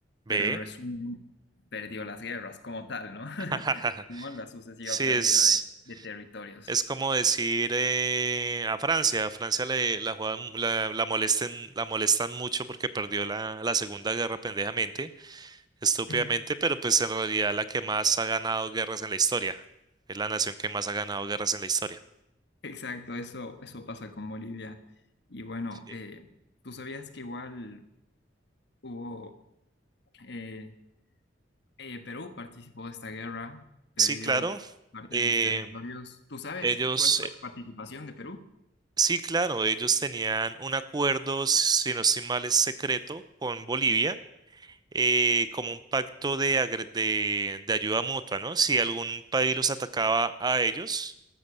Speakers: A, on the right; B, on the left.
A: ve.
B: pero en resumen perdió las guerras como tal, ¿no?
A: <laughs>
B: <laughs> Con la sucesiva
A: Sí,
B: pérdida
A: es,
B: de, de territorios.
A: es como decir eh, a Francia. A Francia le, la, juegan- la, la, molesten, la molestan mucho porque perdió la, la Segunda Guerra pendejamente, estúpidamente,
B: <laughs>
A: pero pues en realidad la que más ha ganado guerras en la historia. Es la nación que más ha ganado guerras en la historia.
B: Exacto, eso, eso pasa con Bolivia. Y bueno,
A: Sí,
B: eh, tú sabías que igual hubo, eh, eh, Perú participó de esta guerra, perdió
A: sí, claro.
B: parte
A: eh,
B: de sus territorios. ¿Tú sabes
A: ellos,
B: cuál fue
A: eh,
B: la participación de Perú?
A: sí, claro, ellos tenían un acuerdo, si no estoy mal, es secreto con Bolivia eh, como un pacto de, agre- de, de ayuda mutua, ¿no? Si algún país los atacaba a ellos,